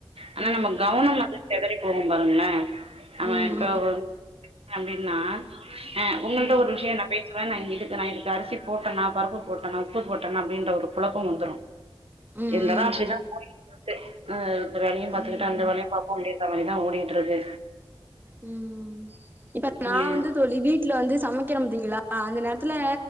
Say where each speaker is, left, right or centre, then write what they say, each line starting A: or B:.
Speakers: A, on the right (about 85°); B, on the right (about 20°).
A: ஆனா
B: ம்
A: நம்ம கவனம் வந்து சிதறி போகும் பாருங்களே ஆமா
B: ம்
A: இப்ப ஒ அப்டின்னா ஆ உங்கள்ட்ட
B: ம்
A: ஒரு விஷய ஏ நான் பேசுவே நா இதுக்கு நா இதுக்கு அரிசி போட்டனா பருப்பு போட்டனா உப்பு போட்டனா அப்டின்ற ஒரு கொழப்பம் வந்துரு
B: ம்
A: என்ட தா <unintelligible> இந்த வேலையு பாத்துக்கிட்டு
B: ம்
A: அந்த
B: ம்
A: வேலையு பாப்போ முடியருதா மாறி தா ஓடிட்டு இருக்கு
B: ம் இப்ப
A: ம்
B: நா வந்து தோழி வீட் ட்ல வந்து சமக்கிற பாத்தீங்களா அந்த நேரத்துல